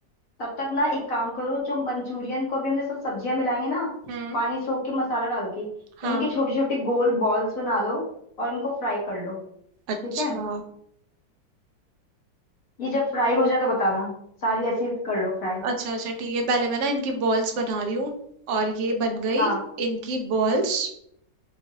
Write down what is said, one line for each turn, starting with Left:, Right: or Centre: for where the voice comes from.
Left: तब तक ना एक काम करो जो मंचूरियन को भी हमने सब सब्जियां मिलाएंगे ना
Right: हम्म
Left: पानी सोख के मसाला डाल के
Right: हाँ
Left: इनकी छोटी छोटी गोल बॉल्स बना लो और इनको फ्राई कर लो
Right: अच्छा
Left: ठीक है ये जब फ्राई हो जाए तो बताना सारी ऐसी कर लो फ्राई
Right: अच्छा अच्छा ठीक है पहले मैं ना इनकी बॉल्स बना रही हूँ और ये बन गई
Left: हाँ
Right: इनकी बॉल्स